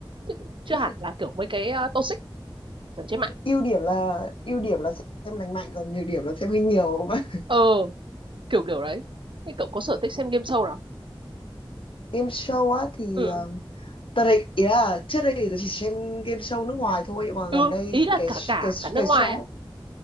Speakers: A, on the right; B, on the left.
A: chứ cũng chưa
B: <laughs>
A: hẳn là kiểu mấy cái uh, toxic ở trên mạng
B: ưu điểm là ưu điểm là xem lành mạnh còn nhược điểm là xem hơi nhiều <laughs>
A: ờ kiểu kiểu đấy thế cậu có sở thích xem game show
B: game show á thì
A: ừ,
B: ờ, tớ đấy ý là trước đây thì tớ chỉ xem game show nước ngoài thôi mà
A: ừ.
B: gần đây
A: ý là
B: cái
A: cả cả
B: cái
A: cả nước
B: cái
A: ngoài
B: show
A: ấy